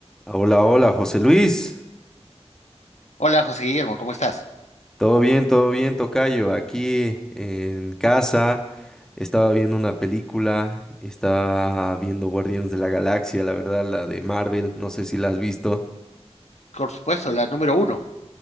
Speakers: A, in the centre; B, on the left.
A: Hola, hola, José Luis.
B: Hola José Guillermo, ¿cómo estás?
A: Todo bien, todo bien, tocayo. Aquí en casa estaba viendo una película, estaba viendo Guardianes de la Galaxia, la verdad, la de Marvel, no sé si la has visto,
B: Por supuesto, la número uno,